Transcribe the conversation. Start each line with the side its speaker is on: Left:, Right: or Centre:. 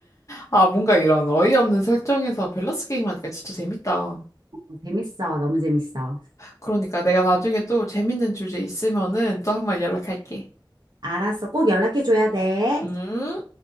Left: 아, 뭔가 이런 어이없는 설정에서 밸런스 게임 하니까 진짜 재밌다.
Right: 어, 재밌어, 너무 재밌어.
Left: 그러니까 내가 나중에 또 재밌는 주제 있으면은 또 한번 연락할게.
Right: 알았어, 꼭 연락해 줘야 돼.
Left: 음?